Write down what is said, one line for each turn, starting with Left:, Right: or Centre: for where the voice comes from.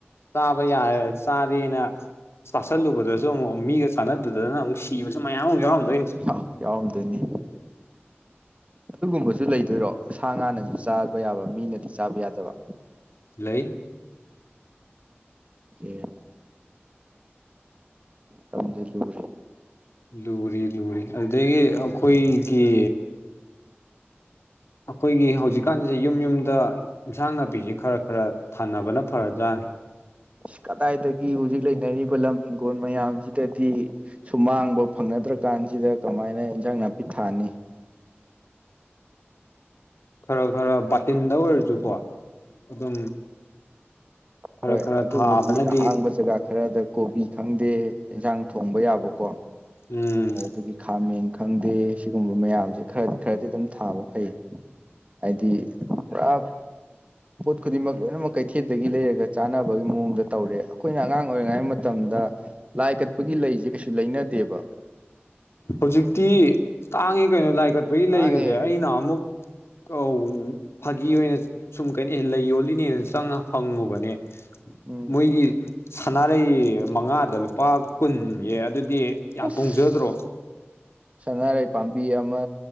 Left: ꯇꯥꯕ ꯌꯥꯔꯦ ꯆꯥꯔꯦꯅ ꯆꯥꯁꯜꯂꯨꯕꯗꯖꯨ ꯑꯃꯨꯛ ꯃꯤꯒ ꯆꯥꯟꯅꯗꯗꯅ ꯑꯃꯨꯛ ꯁꯤꯕꯁꯨ ꯃꯌꯥꯝ ꯑꯃꯨꯛ ꯌꯥꯎꯔꯝꯗꯣꯏꯅꯤ꯫
Right: <unintelligible> ꯌꯥꯎꯔꯝꯗꯣꯏꯅꯤ꯫ ꯑꯗꯨꯒꯨꯝꯕꯖꯨ ꯂꯩꯗꯣꯏꯔꯣ ꯁꯥ ꯉꯥꯅꯖꯨ ꯆꯥꯕ ꯌꯥꯕ ꯃꯤꯅꯗꯤ ꯆꯥꯕ ꯌꯥꯗꯕ꯫
Left: ꯂꯩ꯫
Right: ꯏꯁ <unintelligible> ꯇꯝꯖꯤꯜꯂꯨꯔꯦ꯫
Left: ꯂꯨꯔꯤ ꯂꯨꯔꯤ ꯑꯗꯨꯗꯒꯤ ꯑꯩꯈꯣꯏꯒꯤ ꯑꯩꯈꯣꯏꯒꯤ ꯍꯧꯖꯤꯛꯀꯥꯟꯖꯤ ꯌꯨꯝ ꯌꯨꯝꯗ ꯏꯟꯁꯥꯡ ꯅꯥꯄꯤꯖꯤ ꯈꯔ ꯈꯔ ꯊꯥꯅꯕꯅ ꯐꯔꯕꯖꯥꯠꯅꯤ꯫
Right: ꯏꯁ ꯀꯗꯥꯏꯗꯒꯤ ꯍꯧꯖꯤꯛ ꯂꯩꯅꯔꯤꯕ ꯂꯝ ꯍꯤꯡꯒꯣꯜ ꯃꯌꯥꯝꯖꯤꯗꯗꯤ꯫ ꯁꯨꯃꯥꯡꯕꯧ ꯐꯪꯅꯗ꯭ꯔꯀꯥꯟꯖꯤꯗ ꯀꯃꯥꯏꯅ ꯏꯟꯖꯥꯡ ꯅꯥꯄꯤ ꯊꯥꯅꯤ꯫
Left: ꯈꯔ ꯈꯔ ꯕꯥꯇꯤꯟꯗ ꯑꯣꯏꯔꯖꯨꯀꯣ ꯑꯗꯨꯝ ꯈꯔ
Right: ꯍꯣꯏ
Left: ꯈꯔ
Right: ꯑꯗꯨꯕꯨꯗꯤ
Left: ꯊꯥꯕꯅꯗꯤ
Right: ꯑꯍꯥꯡꯕ ꯖꯒꯥ ꯈꯔꯗ ꯀꯣꯕꯤ ꯈꯪꯗꯦ ꯏꯟꯖꯥꯡ ꯊꯣꯡꯕ ꯌꯥꯕꯀꯣ꯫
Left: ꯎꯝ
Right: ꯑꯗꯨꯗꯒꯤ ꯈꯥꯃꯦꯟ ꯈꯪꯗꯦ ꯁꯤꯒꯨꯝꯕ ꯃꯌꯥꯝꯁꯦ ꯈꯔ ꯈꯔꯗꯤ ꯑꯗꯨꯝ ꯊꯥꯕ ꯐꯩ ꯍꯥꯏꯗꯤ ꯄꯨꯔꯥ ꯄꯣꯠ ꯈꯨꯗꯤꯡꯃꯛ ꯂꯣꯏꯅꯃꯛ ꯀꯩꯊꯦꯜꯗꯒꯤ ꯂꯩꯔꯒ ꯆꯥꯅꯕꯒꯤ ꯃꯑꯣꯡꯗ ꯇꯧꯔꯦ ꯑꯩꯈꯣꯏꯅ ꯑꯉꯥꯡ ꯑꯣꯏꯔꯤꯉꯩ ꯃꯇꯝꯗ ꯂꯥꯏ ꯀꯠꯄꯒꯤ ꯂꯩꯁꯦ ꯀꯩꯁꯨ ꯂꯩꯅꯗꯦꯕ
Left: ꯍꯧꯖꯤꯛꯇꯤ ꯇꯥꯡꯉ‌ꯦ ꯀꯩꯅꯣ ꯂꯥꯏ ꯀꯠꯄꯒꯤ
Right: ꯇꯥꯡꯉꯦ
Left: ꯂꯩꯒꯁꯦ ꯑꯩꯅ ꯅꯍꯥꯃꯨꯛ ꯑꯧ ꯐꯥꯒꯤ ꯑꯣꯏꯅ ꯁꯨꯝ ꯀꯩꯅꯣ ꯑꯦ ꯂꯩ ꯌꯣꯜꯂꯤꯅꯦꯅ ꯆꯪꯉ ꯍꯪꯉꯨꯕꯅꯦ
Right: ꯎꯝ
Left: ꯃꯣꯏꯒꯤ ꯁꯥꯟꯅꯥꯔꯩ ꯃꯉꯥꯗ ꯂꯨꯄꯥ ꯀꯨꯟ ꯌꯦ ꯑꯗꯨꯗꯤ ꯌꯥꯝ
Right: ꯑꯁ
Left: ꯇꯣꯡꯖꯗ꯭ꯔꯣ
Right: ꯁꯅꯥꯔꯩ ꯄꯥꯝꯕꯤ ꯑꯃ